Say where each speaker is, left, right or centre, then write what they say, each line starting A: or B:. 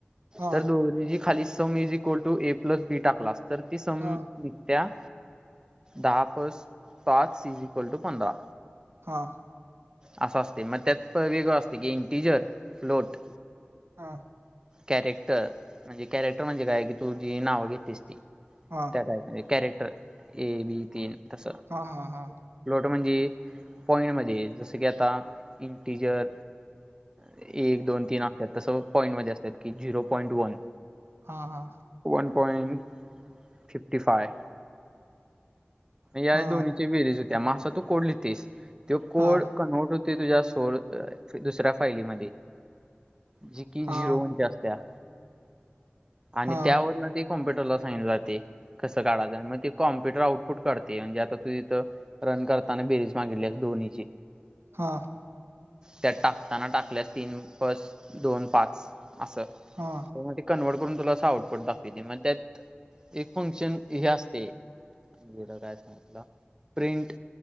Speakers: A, on the right (about 75°); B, on the right (about 20°).
A: हा
B: तर दोघ जी खाली sum is equal to A plus B टाकलास तर ती सम
A: हा
B: त्या दहा पस पाच इज इक्वल टू पंधरा.
A: हा.
B: असं असतय, मग त्यात वेगळं असतय की इंटिजर फ्लोट.
A: हा.
B: कॅरेक्टर, म्हणजे कॅरेक्टर म्हणजे काय, की तु जी नाव घेतेस ती.
A: हा.
B: त्या म्हणजे, कॅरेक्टर ए बी तीन तस.
A: हा हा हा
B: स्लोट म्हणजे पॉइंटमध्ये, जसं की आता इंटिजर एक, दोन, तीन असत्यात, तसं पॉईंट मध्ये असत्यात की झिरो पॉईंट वन.
A: हा, हा.
B: वन पॉइंट, फिफ्टी फाय या
A: हा
B: दोन्ही ती बेरीज होतीया, म असा तू कोड लिहतीस, त्यो कोड
A: हा
B: कन्वर्ट होतं तुझ्या सोर, दुसऱ्या फायलीमध्ये. जी कि
A: हा
B: झिरो वन ची असत्या. आणि
A: हा
B: त्यावरून ते कॉम्प्युटरला सांगितलं जाते. कसं काढाच, मग ते कॉम्प्युटर आउटपुट काढतंय म्हणजे आता तू तथं रन करताना बेरीज मागितलीया दोनीची.
A: हा.
B: त्यात टाकताना टाकल्यास, तीन प्लस दोन पाच असं.
A: हां.
B: तर मग ते कन्व्हर्ट करून तुला अस आउटपुट दाखवतय. मग त्यात एक फंक्शन हे असतय. जिर काय सांगितला? प्रिंट,